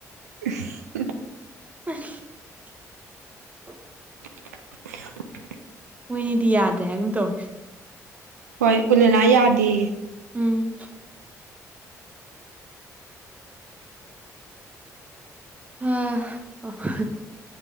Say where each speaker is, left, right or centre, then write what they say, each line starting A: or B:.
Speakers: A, on the right (about 85°); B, on the right (about 20°).
A: <unintelligible>
B: <unintelligible>
A: <unintelligible>
B: ꯃꯣꯏꯅꯤꯗꯤ ꯌꯥꯗ꯭ꯔꯦ ꯍꯥꯏꯒꯨꯝ ꯇꯧꯋꯦ꯫
A: ꯍꯣꯏ ꯎꯂꯦꯅꯥ ꯌꯥꯗꯦꯌꯦ꯫
B: ꯎꯝ꯫ <unintelligible>